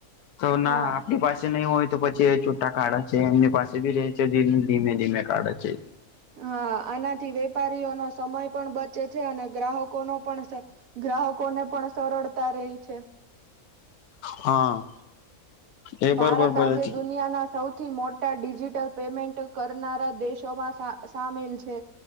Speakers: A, on the left; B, on the right.
A: તેના
B: હા
A: આપ પાસે નહીં હોય. તો પછી એ છૂટા કાઢા છે, એમની પાસે ભી રે છે. ધીમે ધીમે કાઢા છે.
B: હા, આનાથી વેપારીઓનો સમય પણ બચે છે અને ગ્રાહકોનો પણ. ગ્રાહકો ને પણ સરળતા રહી છે.
A: હા. એ
B: ભારત
A: બરોબર બોલે
B: આજે
A: છે
B: દુનિયા ના સૌથી સૌથી મોટા ડિજિટલ પેમેન્ટ કરનારા દેશોમાં સામેલ છે.